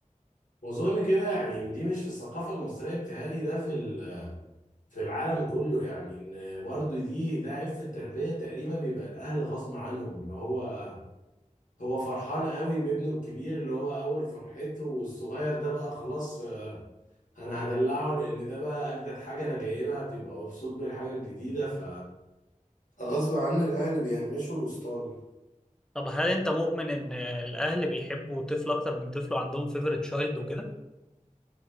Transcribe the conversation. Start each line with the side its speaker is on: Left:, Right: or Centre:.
Left: واظن كده يعني دي مش في الثقافة المصرية بتهيألي ده في ال- في العالم كله يعني ان برضو دي ده عيب في التربية تقريبا بيبقى الاهل غصب عنهم اللي هو هو فرحان قوي بابنه الكبير اللي هو اول فرحته والصغير ده بقى خلاص انا هدلعه لان ده بقى اجدد حاجه انا جايبها بيبقى مبسوط بالحاجه الجديدة ف غصب عن الاهلي بيهمشوا الاسطاني
Centre: طب هل انت مؤمن ان الاهل بيحبوا طفل اكتر من طفله عندهم فيفوريت تشايلد وكده